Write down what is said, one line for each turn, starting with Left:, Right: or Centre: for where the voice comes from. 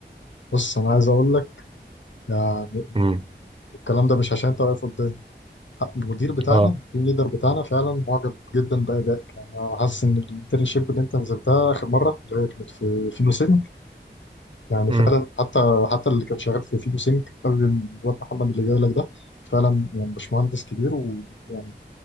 Left: بص أنا عايز أقول لك يعني
Right: امم
Left: الكلام ده مش عشان أنت واقف قدامي المدير بتاعنا
Right: اه
Left: التيم ليدر بتاعنا فعلا معجب جدا بأدائك يعني أنا حاسس إن الانترنشيب اللي أنت نزلتها آخر مرة اللي هي كانت في في نوسيب يعني
Right: امم
Left: فعلا حتى حتى اللي كان شغال في فيجو سينك قبل الواد محمد اللي جاي لك ده فعلا يعني باشمهندس كبير ويعني